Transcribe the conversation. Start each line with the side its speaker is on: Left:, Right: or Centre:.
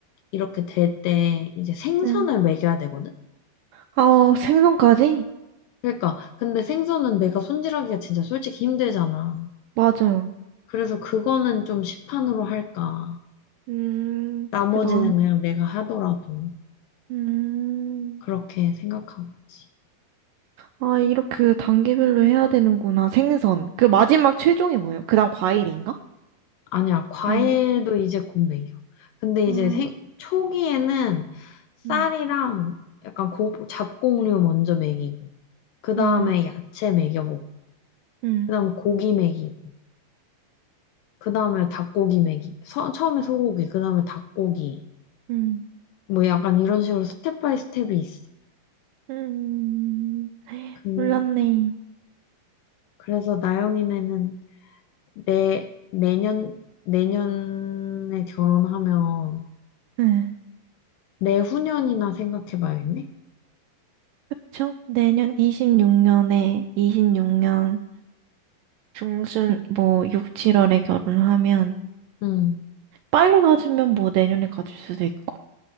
Left: 이렇게 될 때, 이제 생선을
Right: 네.
Left: 먹여야 되거든?
Right: 아, 어, 생선까지?
Left: 그러니까, 근데 생선은 내가 손질하기가 진짜 솔직히 힘들잖아.
Right: 맞아요.
Left: 그래서 그거는 좀 시판으로 할까.
Right: 음,
Left: 나머지는
Right: 그게 나은 거.
Left: 그냥 내가 하더라도,
Right: 음,
Left: 그렇게 생각하고 있지.
Right: 아, 이렇게 단계별로 해야 되는구나. 생선. 그 마지막 최종이 뭐예요? 그 다음 과일인가?
Left: 아니야, 과일도
Right: 아닌가?
Left: 이제 곧 먹여. 근데
Right: 아,
Left: 이제 생, 초기에는 쌀이랑
Right: 음,
Left: 약간 고, 잡곡류 먼저 먹이고, 그 다음에
Right: 음,
Left: 야채 먹여보고,
Right: 음,
Left: 그 다음에 고기 먹이고, 그 다음에 닭고기 먹이고, 서- 처음에 소고기, 그 다음에 닭고기.
Right: 음,
Left: 뭐 약간 이런 식으로 스텝 바이 스텝이 있어.
Right: 음.
Left: 그,
Right: 몰랐네.
Left: 그래서 나영이네는 내, 내년, 내년에 결혼하면
Right: 네.
Left: 내후년이나 생각해봐야겠네?
Right: 그쵸? 내년 26년에 26년 중순 뭐 6, 7월에 결혼하면
Left: 응.
Right: 빨리 가지면 뭐 내년에 가질 수도 있고.